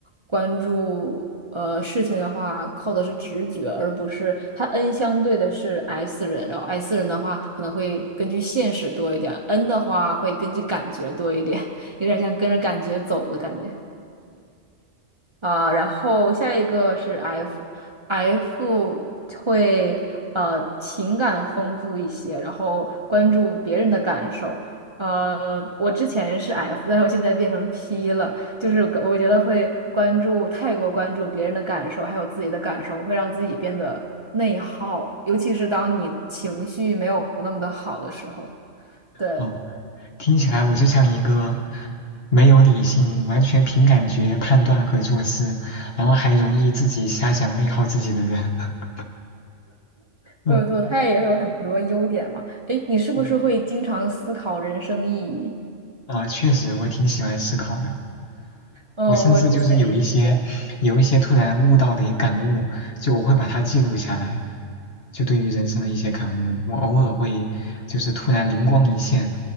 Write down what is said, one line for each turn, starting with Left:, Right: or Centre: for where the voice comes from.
Right: 关注呃事情的话，靠的是直觉，而不是它 N 相对的是 S 人，然后 S 人的话可能会根据现实多一点，N 的话会根据感觉多一点，<laughs> 有点像跟着感觉走的感觉。啊、然后下一个是 F，F 会呃情感丰富一些，然后关注别人的感受。呃，我之前是 F，但是我现在变成 P 了，就是我觉得会关注太过关注别人的感受，还有自己的感受，会让自己变得内耗，尤其是当你情绪没有那么的好的时候。对，
Left: 哦，听起来我就像一个没有理性、完全凭感觉判断和做事，然后还容易自己瞎想内耗自己的人。<laughs> 嗯
Right: 没有错，它也是有很多优点嘛。诶，你是不是会经常思考人生意义？
Left: 嗯，啊，确实我挺喜欢思考的。
Right: 嗯，
Left: 我甚至就是有一些有一些突然悟到的一感悟，
Right: 我之前也是这样。
Left: 就我会把它记录下来，就对于人生的一些感悟，我偶尔会就是突然灵光一现，